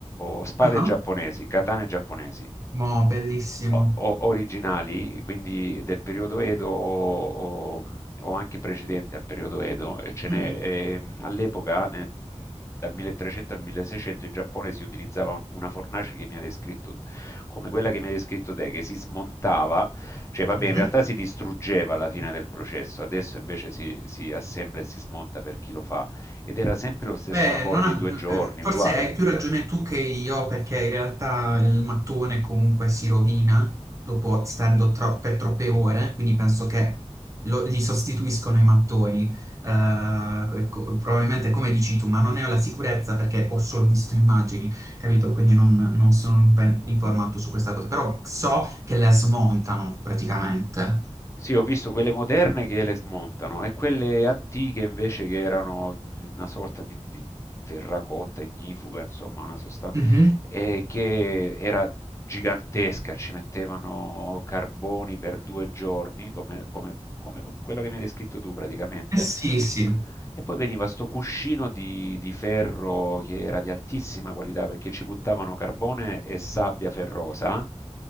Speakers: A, on the left; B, on the right.
A: oh, spade
B: Ah,
A: giapponesi, katane giapponesi,
B: mo, bellissimo.
A: o- o- originali, quindi del periodo Edo o, o- o anche precedente al periodo Edo, e ce n'è,
B: Mm-mm,
A: ehm, all'epoca, ne- mm, dal 1300 al 1600 in Giappone si utilizzava una fornace che mi ha descritto come quella che mi hai descritto te, che si smontava, cioè vabbè,
B: mhm.
A: in realtà si distruggeva alla fine del processo, adesso invece si, si assembla e si smonta per chi lo fa, ed era sempre lo stesso
B: Beh,
A: lavoro
B: non
A: di
B: ha-
A: due giorni,
B: eh, forse
A: uguale.
B: hai più ragione tu che io, perché in realtà il mattone comunque si rovina dopo stando tro- per troppe ore, quindi penso che lo- gli sostituiscono i mattoni. Eh, ecco, probabilmente come dici tu, ma non ne ho la sicurezza perché ho solo visto immagini, capito? Quindi non, non sono ben informato su questa cosa, però so che le smontano praticamente.
A: Sì, ho visto quelle moderne che le smontano e quelle antiche invece che erano una sorta di, di terracotta ignifuga, insomma, una sostanza.
B: Mhm.
A: e che era gigantesca, ci mettevano carboni per due giorni, come, come- come quello che mi hai descritto tu praticamente.
B: Eh sì, sì.
A: E poi veniva sto cuscino di, di ferro che era di altissima qualità perché ci buttavano carbone e sabbia ferrosa.